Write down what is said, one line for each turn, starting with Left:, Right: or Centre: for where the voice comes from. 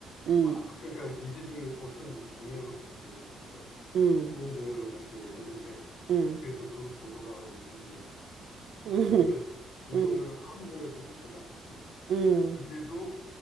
Right: 음,
Left: 막 그러니까 이재명이 어떤 공약을 발표를 했어.
Right: 음,
Left: 좋은 공약을 발표를 했는데
Right: 음,
Left: 그래서 그 보도가 한 5분 정도 나갔어.
Right: <laughs>
Left: 그러면 윤석열은
Right: 음,
Left: 아무 공약도 발표를 안 했어.
Right: 음,
Left: 근데도
Right: 음,